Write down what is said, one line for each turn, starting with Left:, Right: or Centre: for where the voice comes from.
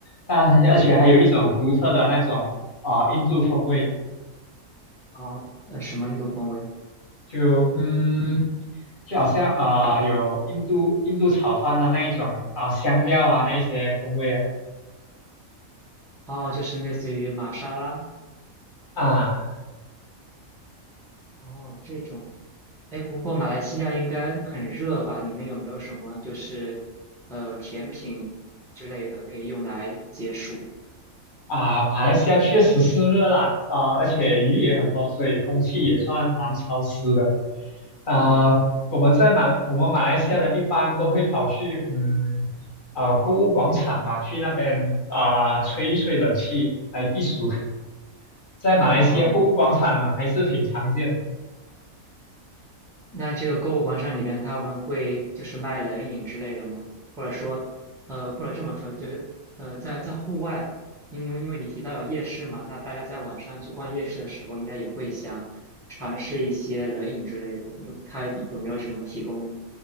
Left: 但而且还有一种独特的那种啊、印度风味，
Centre: 啊、呃，什么印度风味？
Left: 就嗯，就好像啊、有印度印度炒饭的那一种啊、香料啊那一些风味
Centre: 哦，就是类似于玛莎拉，
Left: 啊
Centre: 哦，这种，哎，不过马来西亚应该很热吧？你们有没有什么就是呃甜品之类的可以用来解暑？
Left: 啊，马来西亚确实是热啦啊、而且鱼也很多，
Centre: 嗯，
Left: 所以空气也算蛮潮湿的啊、
Centre: 哦
Left: 我们在马来我们马来西亚人一般都会跑去嗯啊、购物广场吧，去那边啊、吹一吹冷气来避暑，<laughs> 在马来西亚购物广场呢还是挺常见的。
Centre: 哦，那这个购物广场里边他们会就是卖冷饮之类的吗？或者说，呃，或者这么说，就是呃，在在户外，因为因为你提到有夜市嘛，那大家在晚上去逛夜市的时候，应该也会想尝试一些冷饮之类的，有它有没有什么提供呢？